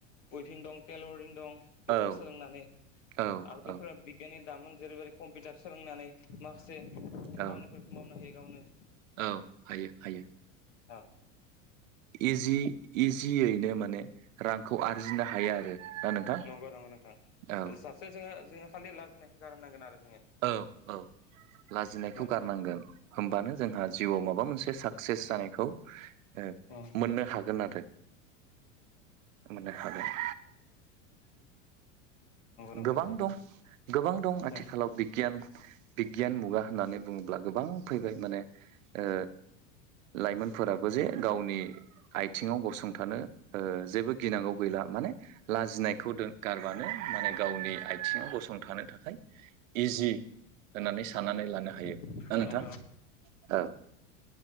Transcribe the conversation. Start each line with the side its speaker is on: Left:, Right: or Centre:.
Left: उइभिं दं टेइलरिं दं बेफोर
Right: औ
Left: सोलोंनानै
Right: औ
Left: आरो बेफोरो
Right: औ
Left: बिगियानि दामोन जेरैबायदि कम्पिउटार सोलोंनानै माखासे खामानिफोरखौ
Right: औ
Left: मावनो हायो गावनो।
Right: औ हायो हायो।
Left: औ।
Right: इजि इजियैनो माने रांखौ आरजिनो हायो आरो। ना नोंथां
Left: नंगौ नंगौ नोंथां
Right: औ
Left: ओ सासे जोङो ओ जोङो खालि लाजिनायखौ गारनांगोन आरो। जोङो
Right: औ औ लाजिनायखौ
Left: न'
Right: गारनांगोन होमबानो जोंहा जिउआव माबा मोनसे साक्सेस जानायखौ ओ
Left: नंगौ
Right: मोननो हागोन आरो। मोननो हागोन।
Left: नंगौ
Right: गोबां
Left: नोंथां
Right: दं गोबां दं
Left: नंगौ
Right: आथिखालाव बिगियान बिगियान मुगा होननानै बुङो ब्ला गोबां फैबाय माने ओ लाइमोनफोराबो जे गावनि आयथिङाव गसंथानो ओ जेबो गिनांगौ गैला माने लाजिनायखौ दोन गारबानो माने गावनि आथिङाव गसंथानो थाखाय इजि होननानै साननानै लानो हायो
Left: उनाव
Right: ना नोंथां औ